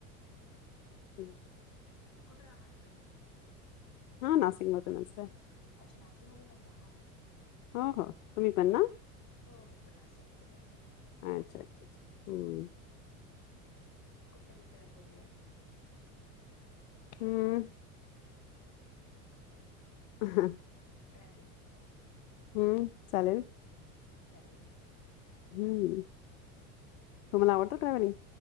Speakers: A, on the left; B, on the left.
A: <unintelligible>
B: कुठून आहात तुम्ही?
A: हा नाशिक मधूनच आहे
B: अच्छा नाशिक मधूनच आहात.
A: हो, हो तुम्ही पण ना?
B: हो मी पण नाशिक मधूनचं हाय.
A: अच्छा, अच्छा, अच्छा, हम्म.
B: कुठल्या विषयावर बोलूया?
A: हम्म. ह.
B: ट्रॅवलिंग?
A: हम्म, चालेल.
B: चालेल.
A: हम्म. तुम्हाला
B: सो,
A: आवडतं ट्रॅव्हलिंग